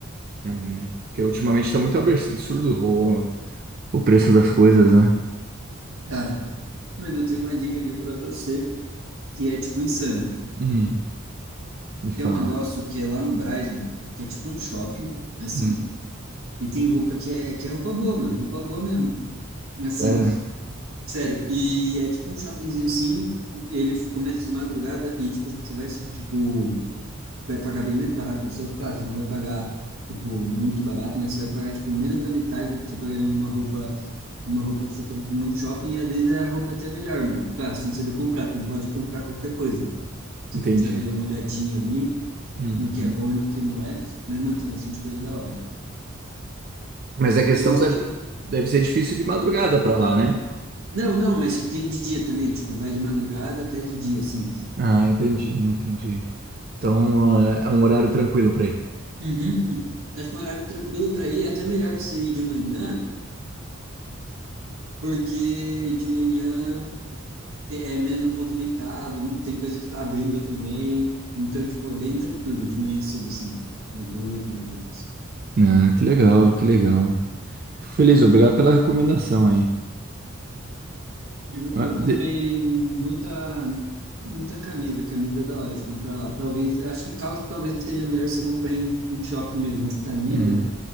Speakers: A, on the right; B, on the right.
A: É, né? Porque ultimamente tá muito abs- absurdo o, o preço das coisas, né?
B: Cara, mas eu tenho uma dica aqui pra você, que é, tipo, insana.
A: Hum, me fala.
B: Tem um negócio que é lá no Brás, mano, que é, tipo, um shopping, assim,
A: Hum,
B: e tem roupa que é, que é roupa boa, mano, roupa boa mesmo. Assim,
A: sério?
B: Sério, e é tipo um shoppingzinho assim, ele começa de madrugada e tipo, assim, você vai, se- tipo, vai pagar bem mais barato, não só claro, você não vai pagar, tipo, muito barato, mas você vai pagar, tipo, menos da metade do que você pagaria numa roupa, numa roupa que você compra num shopping, e às vezes a roupa é até melhor, mano. Claro, você tem que saber comprar, você não pode comprar qualquer coisa. Você
A: Entendi.
B: tem que saber dar uma olhadinha ali
A: Uhum.
B: no que é bom e no que não é, mas, mano, tem bastante coisa da hora.
A: Mas a questão
B: Eu esque-
A: deve, deve ser difícil de madrugada pra lá, né?
B: Não, não, mas tipo, tem de dia também, tipo, vai de madrugada até de dia, assim.
A: Ah, entendi, entendi. Então, é é um horário tranquilo para ir.
B: Uhum, uhum. Acho que um horário tranquilo para ir é até melhor você ir de manhã, porque de manhã é menos movimentado, tem coisa que tá abrindo também. Então, tipo, é bem tranquilo de manhã cedo, assim, das oito, nove horas.
A: Ah, que legal, que legal. Fico feliz, obrigado pela recomendação aí.
B: Eu,
A: Ah,
B: eu
A: de-
B: comprei muita, muita camisa, camisa é da hora de comprar lá. Talvez, acho que calça talvez seja melhor você comprar em, em shopping mesmo, mas camisa,
A: É,